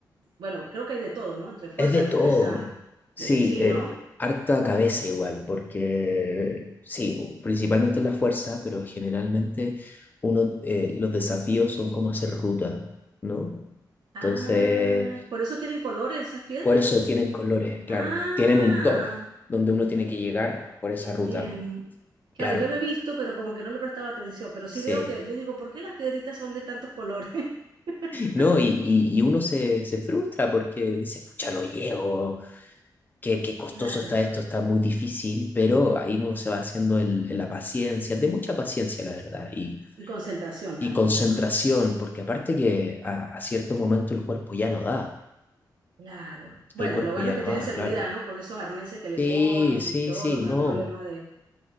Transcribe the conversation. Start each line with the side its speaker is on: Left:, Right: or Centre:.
Right: Bueno, creo que hay de todo, ¿no? Entre fuerza,
Left: Es de todo.
Right: destreza,
Left: Sí,
Right: eh, sí,
Left: eh,
Right: ¿no?
Left: harta cabeza igual, porque sí, bu- principalmente la fuerza, pero generalmente uno, eh, los desafíos son como hacer ruta, ¿no? Entonces,
Right: Ah, por eso tienen colores esas piedras.
Left: por eso tienen colores, claro.
Right: Ah.
Left: Tienen un top donde uno tiene que llegar por esa
Right: Entiendo.
Left: ruta,
Right: Claro,
Left: claro.
Right: yo lo he visto, pero como que no le prestaba atención, pero sí
Left: Sí.
Right: veo que, yo digo, ¿por qué las piedritas son de tantos colores? <laughs>
Left: No, y, y- y uno se, se frustra porque dice, pucha, no llego, qué, qué costoso
Right: Claro.
Left: está esto, está muy difícil, pero ahí uno se va haciendo el- la paciencia, de mucha paciencia, la verdad, y,
Right: Y concentración también,
Left: y concentración,
Right: ¿no?
Left: porque aparte que a, a cierto momento el cuerpo ya no da,
Right: Claro. Bueno,
Left: el cuerpo
Right: lo bueno
Left: ya
Right: es
Left: no
Right: que tienen
Left: da,
Right: seguridad,
Left: claro.
Right: ¿no? Con esos arneses que le
Left: Sí,
Right: ponen
Left: sí,
Right: y todo,
Left: sí,
Right: no
Left: no.
Right: hay problema de...